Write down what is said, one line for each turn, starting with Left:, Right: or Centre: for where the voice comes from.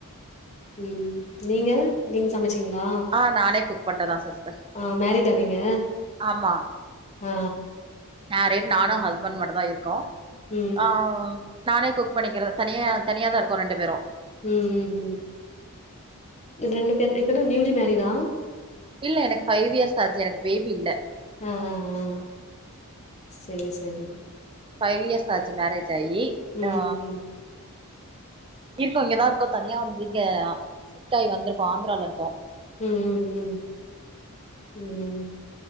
Left: உம் நீங்க நீங்க சமைச்சி டீங்களா
Right: ஆ நானே குக் பண்றதா சிஸ்டர்
Left: ஆ மேரிஜா நீங்க
Right: ஆமா
Left: ஆ
Right: மேரிட் நானும்
Left: ஓகே.
Right: ஹஸ்பண்ட் மட்டு தான் இருக்கோம்
Left: ம்
Right: ஆ நானே குக் பண்ணிக்கிறது தனியா தனியா தான் இருக்கோ ரெண்டு பேரும்
Left: ம் ம் ம் ரெண்டு பேரும் இப்பதா நியூலி மேரிடா
Right: இல்ல எனக்கு ஃபைவ் இயர்ஸ் ஆச்சு எனக்கு பேபி இல்ல
Left: ஆ ஆ ஆ சரி சரி
Right: ஃபைவ் இயர்ஸ் ஆச்சு மேரேஜ் ஆயி
Left: ம்
Right: ஆ
Left: ம்
Right: இப்ப இங்கதா இருக்கோ தனியா இங்க சிஃப்டாய் வந்திருக்கோ ஆந்ரால இருக்கோ
Left: ம் ம் ம் உம்